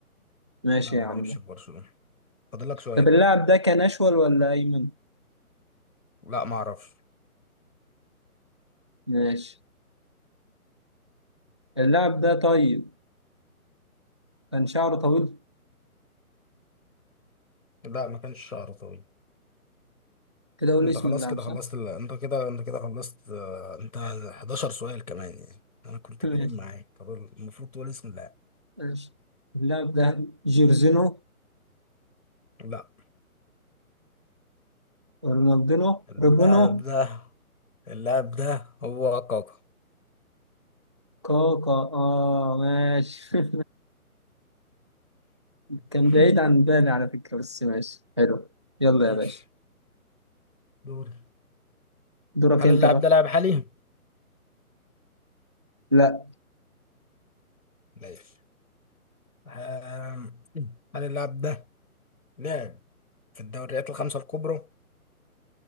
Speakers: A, on the right; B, on the left.
A: ماشي
B: لا ما
A: يا
B: لعبش
A: عم
B: في برشلونة فاضل لك سؤال
A: طب اللاعب ده كان أشول ولا أيمن؟
B: لا ما اعرفش
A: ماشي اللاعب ده طيب كان شعره طويل
B: لا ما كانش شعره طويل
A: كده قول
B: انت
A: لي اسم
B: خلاص
A: اللاعب
B: كده
A: صح؟
B: خلصت ال... انت كده انت كده خلصت آه، انت 11 سؤال كمان يعني انا كنت
A: <laughs> ماشي
B: كريم معاك طب المفروض تقول اسم اللاعب
A: ماشي اللاعب ده جيرزينو
B: لا
A: رونالدينو
B: اللاعب
A: ريبونو
B: ده اللاعب ده هو كاكا
A: كوكا اه ماشي <laughs> كان
B: <laughs>
A: بعيد عن بالي على فكرة بس ماشي حلو يلا
B: ماشي
A: يا باشا
B: دوري
A: دورك
B: هل
A: انت
B: اللاعب
A: بقى
B: ده لاعب حالي؟
A: لا
B: ماشي آم، هل اللاعب ده لاعب في الدوريات الخمسة الكبرى؟